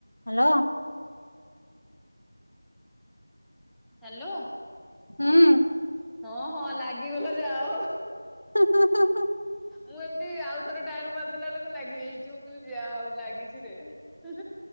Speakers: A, on the left; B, in the centre.
A: Hello.
B: Hello.
A: ହୁଁ।
B: ହଁ ହଁ ଲାଗିଗଲା ଯା ହଉ।
A: ହଁ ହଁ ହଁ ହଁ।
B: ମୁଁ ଏମିତି ଆଉଥରେ ଡାଏଲ ମାରିଦେଲା ବେଳକୁ ଲାଗିି ଯଇଛି ମୁ କହିଲି ଯା ହଉ ଲାଗିଛି ରେ ହୁଁ